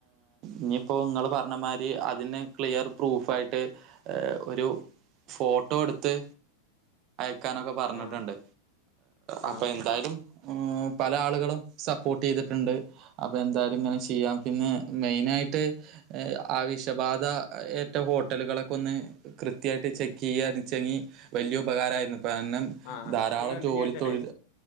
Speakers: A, on the right; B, on the left.
A: ഇനിയിപ്പോൾ നിങ്ങൾ പറഞ്ഞ മാതിരി അതിന് ക്ലിയർ പ്രൂഫായിട്ട് ഒരു ഫോട്ടോ എടുത്ത് ക്കാനൊക്കെ പറഞ്ഞിട്ടുണ്ട്
B: ആ ആ
A: അപ്പൊ എന്തായാലും പല ആളുകളും സപ്പോർട്ട് ചെയ്തിട്ടുണ്ട് അപ്പൊ എന്തായാലും ഇങ്ങനെ ചെയ്യാം പിന്നെ മെയിന ആയിട്ട് ആവശബാധ ഏറ്റ ഹോട്ടലുകളൊക്കെ ഒന്ന് കൃത്യമായിട്ട് ചെക്ക് ചെയ്യച്ചങ്ങി വലിയ ഉപകാരമായിരുന്നു പിന്നെ
B: ആ
A: ധാരാളം
B: നിങ്ങൾ എന്ത്
A: ജോലി
B: ചെയ്യാച്ചാലേ
A: തൊഴിൽ